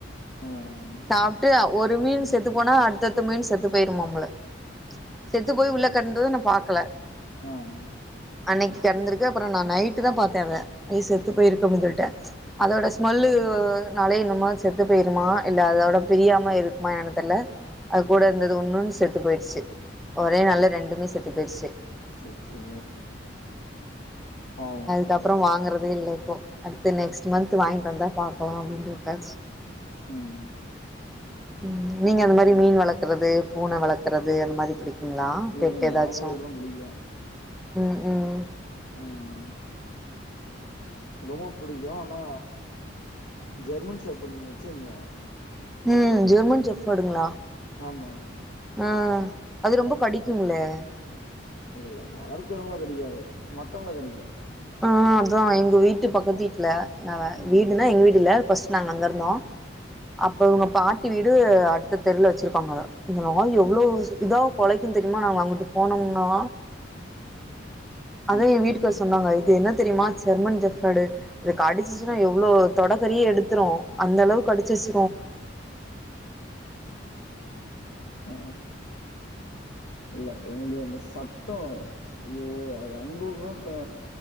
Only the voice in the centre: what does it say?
சாப்ட்டு ஒரு மீன் செத்து போனா அடுத்தத்த மீன் செத்து போயிருமாம்ல செத்து போய் உள்ள கெடந்தத நா பாக்கல
அன்னைக்கு கெடந்திருக்கு அப்புறோ நா நைட்டு் தா பாத்தே அத அய் செத்து போயிருக்கு அப்டி சொல்ட்டு அதோட ஸ்மெல்லு நாலே என்னமோ செத்து போயிருமா இல்ல அதோட பிரியாம இருக்குமா என்னன்னு தெர்ல அது கூட இருந்தது இன்னொன்னு செத்து போயிருச்சு ஒரே நாள்ல ரெண்டுமே செத்து போயிடுச்சு
அதுக்கப்றோ வாங்கறதே இல்ல இப்போ அடுத்த நெக்ஸ்ட் மந்த் வாங்கிட்டு வந்தா பாக்கலா அப்டின்ட்டு விட்டாச்சு
ம் நீங்க அந்த மாரி
மீன் வளர்க்கறது பூன வளர்க்கறது அந்த மாரி பிடிக் ங்களா பெட்
எதாச்சு
ம் ம்
ம் ஜெர்மன் செப்படுங்களா
ஆ அது ரொம்ப கடிக்குங்களே
ஆ அதா எங்க வீட்டு பக்கத்து வீட்ல நவ
வீடுனா எங்க வீடு இல்ல ஃபஸ்ட் நாங்க அங்க இருந்தோ அப்ப இவுங்க பாட்டி வீடு அடுத்த தெருவுல வச்சிருக்காங்க இந்த நாய் எவ்ளோ
இதா கொலைக்கு தெரியுமா நாங்க அங்குட்டு போனோம்னா அதா
எ வீட்டுகாரு சொன்னாங்க இது என்ன தெரியுமா ஜெர்மன் ஜெஃபடு இது கடிச்சிச்சுன்னா எவ்ளோ தொடக்கறியே எடுத்துரு அந்த அளவுக்கு கடிச்சிருச்சு